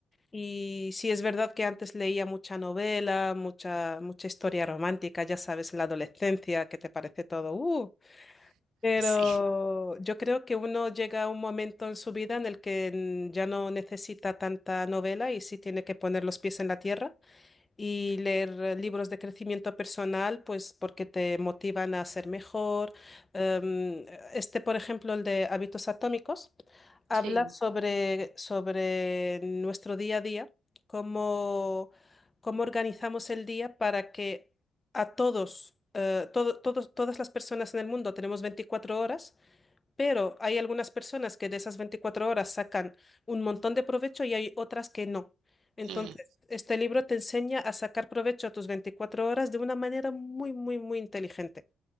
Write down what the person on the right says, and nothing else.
Así.
Sí.
Mm.